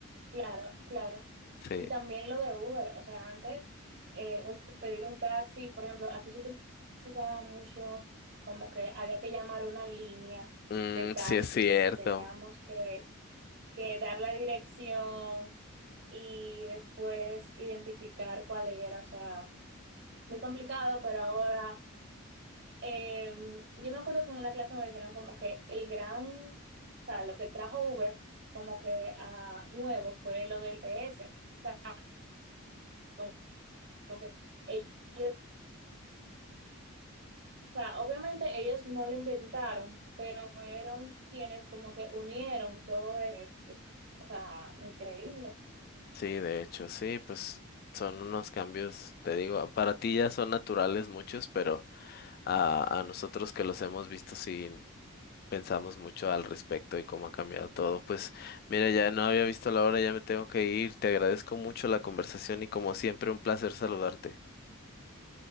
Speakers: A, on the right (about 55°); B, on the left (about 45°).
A: Claro, claro.
B: Sí,
A: Y también lo de Uber, o sea, antes eh, un- pedir un taxi, por ejemplo, aquí se utilizaba mucho como que había que llamar una línea
B: Mm,
A: de taxis
B: sí es cierto.
A: y teníamos que que dar la dirección y después identificar cuál era. O sea, muy complicado, pero ahora eh, yo me acuerdo que en una clase me dijeron como que el gran, o sea, lo que trajo Uber como que a nuevo fue lo del G P S O sea, como como que ellos, o sea, obviamente ellos no lo inventaron, pero fueron quienes como que unieron todo, eh, o sea, increíble.
B: Sí, de hecho, sí, pues son unos cambios, te digo, para ti ya son naturales muchos, pero a, a nosotros que los hemos visto sí pensamos mucho al respecto y cómo ha cambiado todo. Pues mira, ya no había visto la hora, ya me tengo que ir. Te agradezco mucho la conversación y como siempre un placer saludarte.